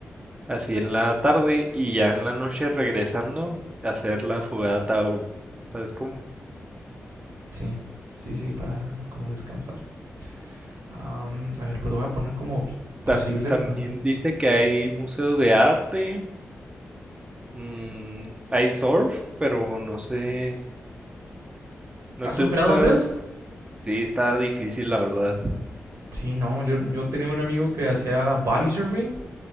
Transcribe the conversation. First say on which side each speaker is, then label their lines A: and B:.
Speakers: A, on the right; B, on the right.
A: así en la tarde y ya en la noche regresando, hacer la fogata o, ¿sabes cómo?
B: Sí, sí, sí, para como descansar. Am, a ver, pues lo voy a poner como posible,
A: Tam- también
B: pero a ver.
A: dice que hay museo de arte, mm, hay surf, pero no sé, ¿no
B: ¿Has
A: te
B: surfeado
A: gusta?
B: antes?
A: Sí, está difícil, la verdad.
B: Sí, no, yo, yo tenía un amigo que hacía body surfing